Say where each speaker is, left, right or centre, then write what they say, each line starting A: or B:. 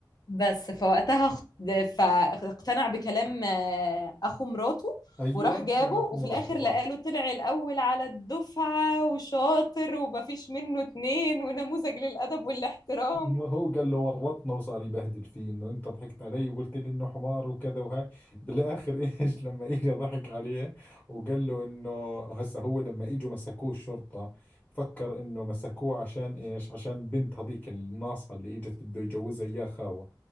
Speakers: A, on the left; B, on the left.
A: بس فوقتها اخت- فاقتنع بكلام آه، اخو مراته
B: ايوه
A: وراح جابه
B: كان اخو
A: وفي
B: مرته
A: الاخر
B: صح
A: لقاله طلع الاول على الدفعه وشاطر ومفيش منه اتنين ونموذج للادب والاحترام
B: ما هو قال له ورطنا وصار يبهدل فيه انه انت ضحكت علي وقلت لي انه حمار وكذا وهاي بالاخر <laughs> ايش لما اجى ضحك عليه وقال له انه هسه هو لما اجوا مسكوه الشرطة فكر انه مسكوه عشان ايش عشان بنت هذيك الناصحة اللي اجت بده يجوزها اياه خاوة